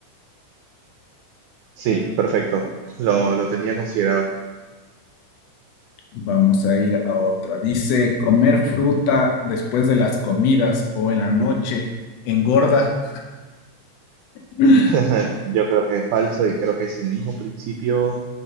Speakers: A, on the right; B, on the left.
A: Sí, perfecto. Lo, lo tenía considerado.
B: Vamos a ir a otra. Dice, comer fruta después de las comidas o en la noche engorda. <laughs>
A: <laughs> Yo creo que es falso y creo que es el mismo principio